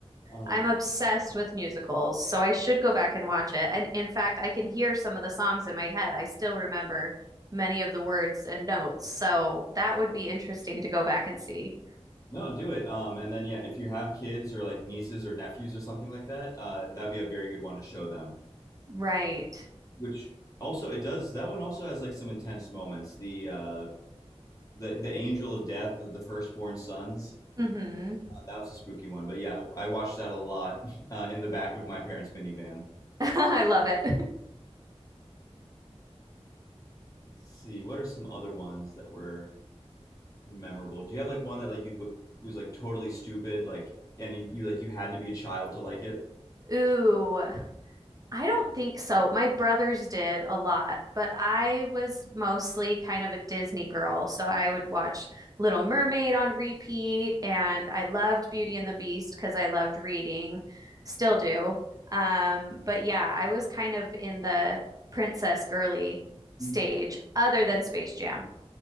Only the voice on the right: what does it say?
I'm obsessed with musicals, so I should go back and watch it. And in fact, I can hear some of the songs in my head. I still remember many of the words and notes, so that would be interesting to go back and see.
Right.
hmm
<laughs> I love it.
<laughs> Ooh. I don't think so. My brothers did a lot, but I was mostly kind of a Disney girl. So I would watch Little Mermaid on repeat, and I loved Beauty and the Beast because I loved reading, still do. Um, but yeah, I was kind of in the princess girly stage
other than Space Jam.